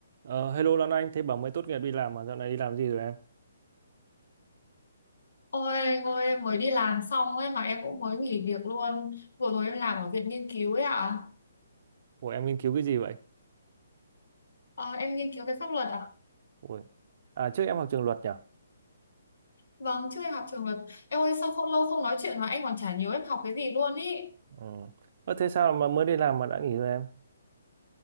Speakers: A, on the right; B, on the left.
A: Ờ, hello Lan Anh, thế bảo mới tốt nghiệp đi làm mà dạo này đi làm gì rồi em?
B: Ôi anh ơi em mới đi làm xong ấy mà em cũng mới nghỉ việc luôn Vừa rồi em làm ở viện nghiên cứu ấy ạ
A: Ủa em nghiên cứu cái gì vậy?
B: Ờ, Em nghiên cứu về pháp luật ạ.
A: Ủa. À trước em học trường luật nhỉ?
B: Vâng trước em học trường luật Em ơi sao không lâu không nói chuyện mà anh còn chả nhớ em học cái gì luôn ý
A: Ừ. Ơ, thế sao mà mới đi làm mà đã nghỉ rồi em?